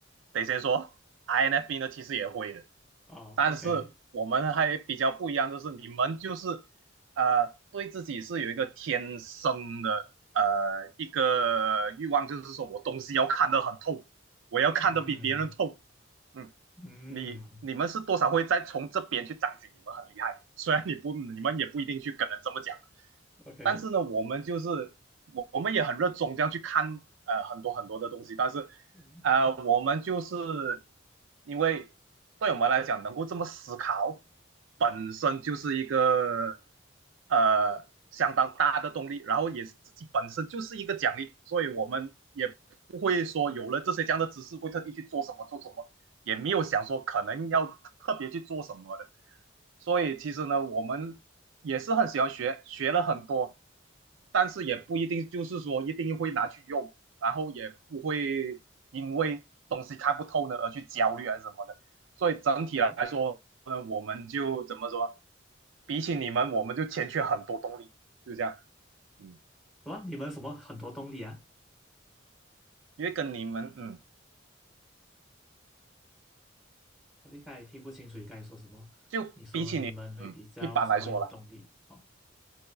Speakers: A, on the right; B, in the centre.
A: 得先说，INFP 呢其实也会的，
B: 哦
A: 但是我们还比较不一样，
B: o k
A: 就是你们就是呃对自己是有一个天生的呃一个欲望，就是说我东西要看得很透，我要看得比别人透，
B: 嗯
A: 嗯，
B: 嗯
A: 你你们是多少会再从这边去彰显你们很厉害，<laughs> 虽然你不你们也不一定去跟人这么讲，
B: ，OK，
A: 但是呢，我们就是我我们也很热衷这样去看呃很多很多的东西，但是
B: 嗯嗯
A: 呃我们就是因为对我们来讲能够这么思考，本身就是一个呃相当大的动力，然后也是自己本身就是一个奖励，所以我们不会说有了这些这样的知识会特地去做什么做什么，也没有想说可能要特别去做什么的。所以其实呢，我们也是很喜欢学，学了很多，但是也不一定就是说一定会拿去用，然后也不会因为东西看不透呢而去焦虑啊什么的。所以整体来说，
B: ，OK，
A: 呢，我们就怎么说？比起你们，我们就欠缺很多动力，就这样。嗯，
B: 什么？你们什么很多动力啊？
A: 因为跟你们，嗯，
B: 我一才听不清楚你刚才说什么。
A: 就
B: 你说你们会比较什么有动力？
A: 嗯，一般来说啦。
B: 哦，